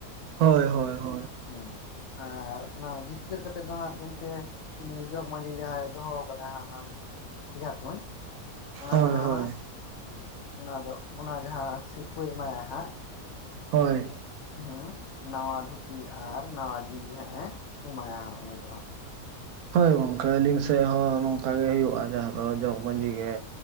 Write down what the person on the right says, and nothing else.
ᱦᱳᱭ ᱦᱚᱭ ᱦᱚ-
ᱦᱳᱭ
ᱦᱳᱭ
ᱦᱳᱭ,
ᱦᱳᱭ ᱜᱚᱝᱠᱮ ᱟᱹᱞᱤᱝ ᱥᱮᱜ ᱦᱚᱸ ᱱᱚᱝᱠᱟ ᱜᱮ ᱦᱩᱭᱩᱜ-ᱟ ᱡᱟᱸᱦᱟ ᱫᱚ ᱡᱚᱜᱽ ᱢᱟᱺᱡᱷᱤ ᱜᱮ᱾